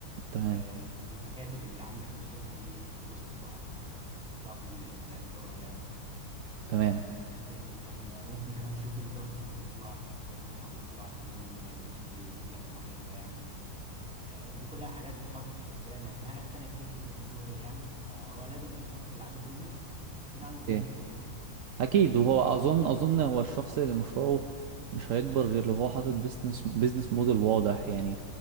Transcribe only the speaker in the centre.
آه، المكاتب اللي عندك في الشركه دي كوست برضه فانت بتحطها في ال- في الاعتبار يعني
آه يعني كان ممكن كمان تشوف البارتنرز بتوعك السبلايرز بتوعك مين مين بيجيب لك المواد الخام آه دي كلها حاجات بتحط في الحسبان يعني في حاجات تانية كتير في البيزنس موديل يعني فهو لازم الشخص اللي عامل بيزنس يكون عنده
بيزنس موديل